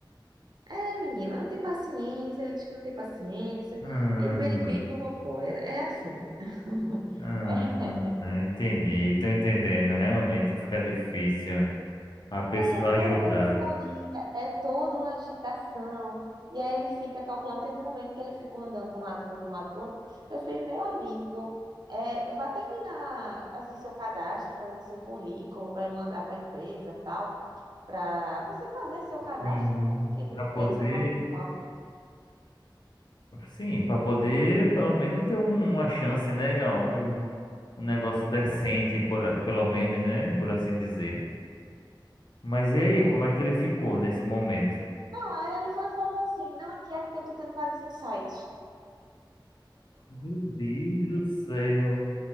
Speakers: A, on the right; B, on the left.
A: É, menina, não tem paciência, ele diz que não tem paciência,
B: Hum,
A: e peripi, popopó, é, é assim. <laughs>
B: hum,
A: É,
B: entendi, tô entendendo. Realmente fica difícil a pessoa
A: é
B: ajudar.
A: toda a euforia, é toda uma agitação, e aí ele fica calculando, teve um momento que ele ficou andando para um lado, para outro, pra um lado, para outro, eu fiz, meu amigo, é, vá terminar, assim, seu cadastro, fazer seu currículo para mandar para a empresa, tal, para você fazer seu cadastro,
B: Sim.
A: né, que de
B: Para
A: empresa
B: poder,
A: normal,
B: sim, para poder pelo menos ter um- uma chance, né? Um, um negócio decente, por, pelo menos, né? Por assim dizer. Mas e aí,
A: é,
B: como é que ele ficou nesse momento?
A: não, aí ele foi e falou assim, não, aqui, aqui eu tô tendo vários insights.
B: Meu Deus do céu.